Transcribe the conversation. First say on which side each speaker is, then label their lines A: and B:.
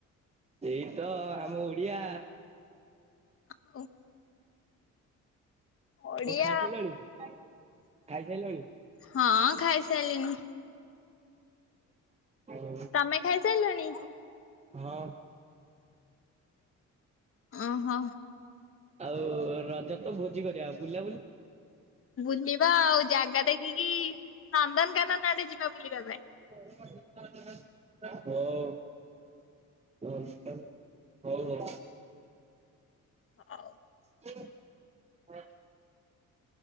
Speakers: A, on the right; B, on the left.
A: ଏଇ ତ ଆମ ଓଡ଼ିଆ।
B: ଆଉ ଓଡିଆ
A: କଣ ଖାଇସାଇଲଣି ଖାଇସାଇଲଣି
B: ହଁ ଖାଇସାଇଲିଣି।
A: ଓଉ।
B: ତମେ ଖାଇସାଇଲଣି।
A: ହଁ।
B: ଅ ହଁ।
A: ଆଉ ରଜ ତ ଭୋଜି କରିବା ବୁଲା ବୁଲି
B: ବୁଲିବା ଆଉ ଜାଗା ଦେଖିକି ନନ୍ଦନକାନନ ଆଡେ ଯିବା ବୁଲିବା ପାଇଁ।
A: ହଉ। ଘଣ୍ଟନ ହଉ ହଉ।
B: ହଉ।
A: <inaudible>